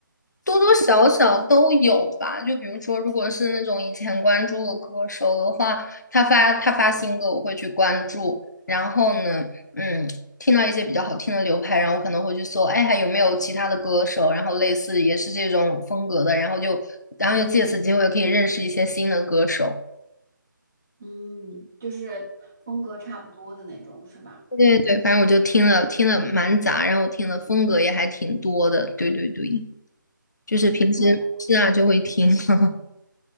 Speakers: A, on the left (about 55°); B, in the centre.
A: 多多少少都有吧。就比如说，如果是那种以前关注的歌手的话，他发他发新歌，我会去关注。然后呢，嗯，听到一些比较好听的流派，然后我可能会去搜，哎，还有没有其他的歌手，然后类似也是这种风格的，然后就然后就借此机会可以认识一些新的歌手。
B: 嗯，就是风格差不多的那种，是吧？
A: 对对对，反正我就听了听了蛮杂，然后听的风格也还挺多的。对对对，就是平时是啊就会听。
B: 那
A: <laughs>